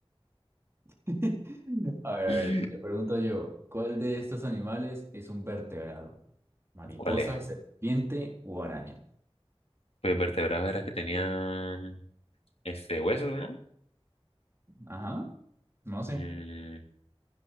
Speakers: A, on the right; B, on the left.
A: <laughs> A ver,
B: <laughs>
A: a ver, le pregunto yo, ¿cuál de estos animales es un vertebrado? ¿Mariposa,
B: ¿Cuál era?
A: serpiente o araña?
B: Pues vertebrados era que tenían este huesos, ¿no?
A: Ajá, no sé.
B: Mm,